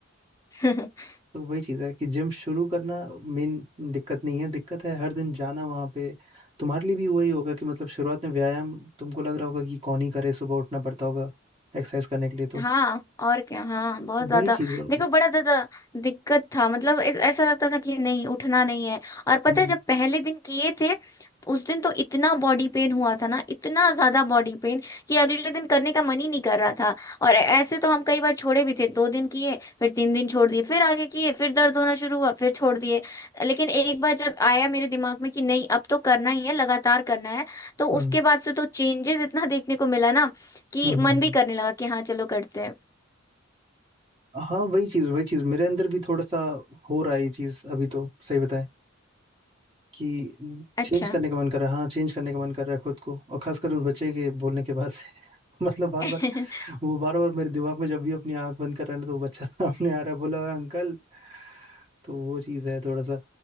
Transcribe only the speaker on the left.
<laughs>
हाँ और क्या हाँ बहुत ज्यादा
देखो बड़ा ज्यादा दिक्कत था मतलब ऐस- ऐसा लगता था कि नहीं उठना नहीं है और पता
है जब पहले दिन किए थे उस दिन तो इतना बॉडी पेन हुआ था ना इतना ज्यादा बॉडी पेन कि अगले दिन करने का मन ही नहीं कर रहा था और ऐ- ऐसे तो हम कई बार छोड़े भी थे दो दिन किए फिर तीन दिन छोड़ दिए फिर आगे किए फिर दर्द होना शुरू हुआ फिर छोड़ दिए लेकिन एक बार जब आया मेरे दिमाग में कि नहीं अब तो करना ही है लगातार करना है तो
उसके बाद से तो चेंजेस इतना देखने को मिला ना कि
मन
भी करने लगा कि हाँ चलो करते हैं
अच्छा
<laughs>